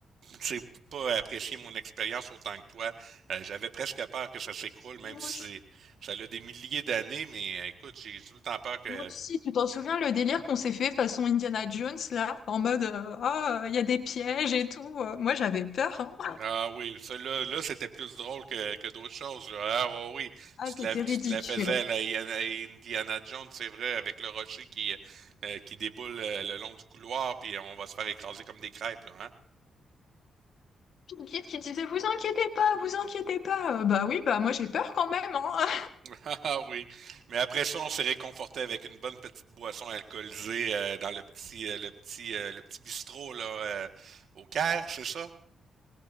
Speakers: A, on the right; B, on the left.
A: c'est pas apprécié mon expérience autant que toi. Euh, j'avais presque peur que ça s'écroule, même
B: Moi
A: si
B: aussi.
A: c'est- ça a des milliers d'années, mais euh, écoute, j'ai tout le temps peur que.
B: Moi aussi, tu t'en souviens le délire qu'on s'est fait façon Indiana Jones là, en mode euh, ah il y a des pièges et tout. euh, Moi j'avais peur.
A: Ah oui, ça là là, c'était plus drôle que, que d'autres choses. là. Ah ouais, oui,
B: Ah,
A: tu
B: c'était
A: te la, tu
B: ridicule.
A: te la faisais à la Iana- à Indiana Jones, c'est vrai, avec le rocher qui, euh, qui déboule euh, le long du couloir, puis on va se faire écraser comme des crêpes, là, hein?
B: Une guide qui disait, vous inquiétez pas, vous inquiétez pas. Euh, bah oui, bah moi j'ai peur quand même, hein.
A: Ah ah, oui, mais après ça, on s'est réconforté avec une bonne petite boisson alcoolisée euh, dans le petit, euh, le petit, euh, le petit bistrot là euh, au Caire, c'est ça?